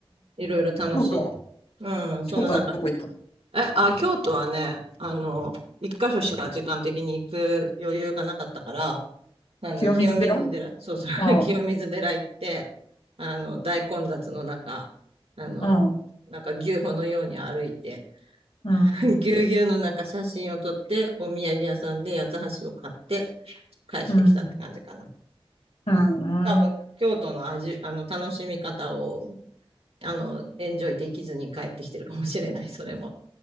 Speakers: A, on the right; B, on the left.
A: いろいろ楽しい。
B: 京都、
A: うん、そのなんか、
B: 京都はどこ行った
A: え、あ、京都はね、あの、一箇所しか時間的に行く余裕がなかったから、あの、
B: 清水寺
A: 清水寺、そうそう、<laughs>
B: ああ、
A: 清水寺行って、あの、大混雑の中、あの、
B: うん、
A: なんか牛歩のように歩いて、
B: うん、
A: <laughs> ぎゅうぎゅうの中写真を撮って、お土産屋さんで八つ橋を買って帰ってきたって感じかな。
B: うん、うん。うん
A: 多分、京都の味、あの、楽しみ方を、あの、エンジョイできずに帰ってきてるかもしれない、それも。